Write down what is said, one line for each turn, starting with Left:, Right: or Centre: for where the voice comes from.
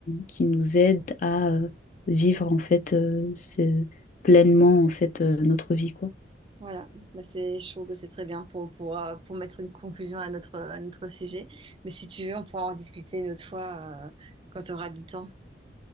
Left: qui nous aide à euh, vivre en fait euh, ce- pleinement en fait euh, notre vie quoi.
Right: Voilà, bah c'est, je trouve que c'est très bien pour, pour, euh, pour mettre une conclusion à notre, à notre sujet. Mais si tu veux, on pourra en discuter une autre fois, euh, quand tu auras du temps.